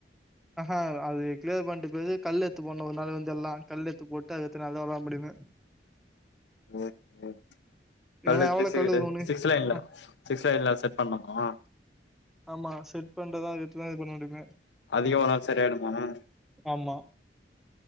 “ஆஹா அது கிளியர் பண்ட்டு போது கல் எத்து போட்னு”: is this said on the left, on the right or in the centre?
Centre